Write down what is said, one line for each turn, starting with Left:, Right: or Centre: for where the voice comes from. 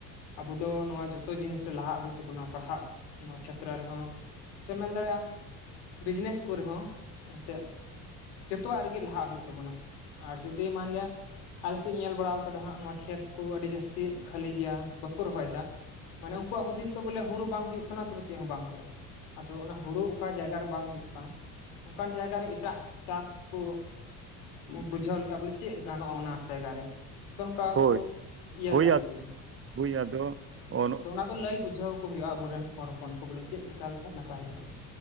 Left: ᱟᱵᱚ ᱫᱚ ᱱᱚᱣᱟ ᱡᱚᱛᱚ ᱡᱤᱱᱤᱥ ᱨᱮ ᱞᱟᱦᱟᱜ ᱦᱩᱭᱩᱜ ᱛᱟᱵᱚᱱᱟ ᱯᱟᱲᱦᱟᱜ ᱱᱚᱣᱟ ᱪᱷᱮᱛᱨᱚ ᱨᱮᱦᱚᱸ ᱥᱮᱢ ᱢᱮᱱ ᱫᱟᱲᱮᱭᱟᱜᱼᱟ ᱵᱤᱡᱽᱱᱮᱥ ᱠᱚᱨᱮ ᱦᱚᱸ ᱮᱱᱛᱮᱫ ᱡᱚᱛᱚᱣᱟᱜ ᱨᱮᱜᱮ ᱞᱟᱦᱟᱜ ᱦᱩᱭᱩᱜ ᱛᱟᱵᱚᱱᱟ ᱟᱨ ᱡᱩᱫᱤ ᱢᱟᱱᱞᱤᱭᱟ ᱟᱞᱮ ᱥᱮᱫ ᱤᱧ ᱧᱮᱞ ᱵᱟᱲᱟ ᱠᱟᱫᱟ ᱦᱟᱸᱜ ᱱᱚᱣᱟ ᱠᱷᱮᱛ ᱠᱚ ᱟᱹᱰᱤ ᱡᱟᱹᱥᱛᱤ ᱠᱷᱟᱹᱞᱤ ᱜᱮᱭᱟ ᱵᱟᱠᱚ ᱨᱚᱦᱚᱭᱮᱫᱟ ᱢᱟᱱᱮ ᱩᱱᱠᱩᱣᱟᱜ ᱦᱩᱫᱤᱥ ᱫᱚ ᱵᱚᱞᱮ ᱦᱩᱲᱩ ᱵᱟᱝ ᱦᱩᱭᱩᱜ ᱠᱟᱱᱟ ᱛᱚᱵᱮ ᱪᱮᱫ ᱦᱚᱸ ᱵᱟᱝ ᱦᱩᱭᱩᱜᱼᱟ ᱟᱫᱚ ᱚᱱᱟ ᱦᱩᱲᱩ ᱚᱠᱟ ᱡᱟᱭᱜᱟ ᱨᱮ ᱵᱟᱝ ᱦᱩᱭᱩᱜ ᱠᱟᱱ ᱚᱱᱠᱟᱱ ᱡᱟᱭᱜᱟᱟᱨ ᱨᱮ ᱮᱴᱟᱜ ᱪᱟᱥ ᱠᱚ ᱵᱩᱡᱷᱟᱹᱣ ᱞᱮᱠᱷᱟᱡ ᱵᱚᱞᱮ ᱪᱮᱫ ᱜᱟᱱᱚᱜᱼᱟ ᱚᱱᱟ ᱡᱟᱭᱜᱟ ᱨᱮ ᱟᱫᱚ ᱱᱚᱝᱠᱟ
Right: ᱦᱳᱭ
Left: ᱠᱚ ᱤᱭᱟᱹ
Right: ᱦᱳᱭ
Left: ᱫᱟᱲᱮ ᱠᱮ ᱦᱮ
Right: ᱦᱳᱭ ᱟᱫᱚ ᱚᱱ
Left: ᱟᱫᱚ ᱚᱱᱟ ᱫᱚ ᱞᱟᱹᱭ ᱵᱩᱡᱷᱟᱹᱣ ᱦᱩᱭᱩᱜᱼᱟ ᱟᱵᱚᱨᱮᱱ ᱦᱚᱲ ᱦᱚᱯᱚᱱ ᱠᱚ ᱵᱚᱞᱮ ᱪᱮᱫ ᱪᱤᱠᱟ ᱞᱮᱠᱷᱟᱱ ᱱᱟᱯᱟᱭ ᱦᱩᱭᱩᱜᱼᱟ